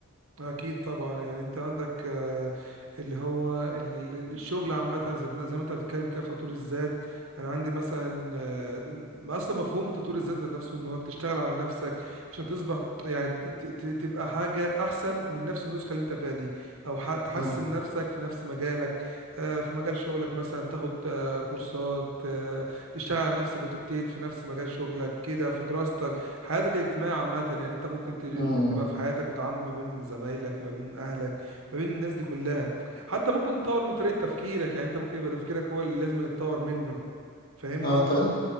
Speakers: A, on the right (about 65°); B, on the left (about 40°).
A: أكيد طبعا يعني أنت عندك آه، اللي هو ال- ال- الشغل عامة ذات ن- زي ما أنت بتتكلم كده في تطوير الذات أنا عندي مثلا آه، م- أصلا مفهوم تطوير الذات ذات نفسه إن هو تشتغل على نفسك عشان تصبح يعني ت- ت- تبقى حاجة أحسن من نفس النسخة اللي أنت فيها دي أو ح- تحسن
B: امم
A: نفسك في نفس مجالك آه، في مجال شغلك مثلا تاخد آه، كورسات آه، تشتغل على نفسك وتجتهد في نفس مجال شغلك كده في دراستك حياتك الاجتماعية عامة يعني انت ممكن تج-
B: امم
A: ت- تبقى في حياتك وتعامل ما بين زمايلك ما بين اهلك ما بين الناس دي كلها حتى ممكن تطور من طريقة تفكيرك يعني انت ممكن يبقى تفكيرك هو اللي لازم يتطور منه فاهمني
B: اه طب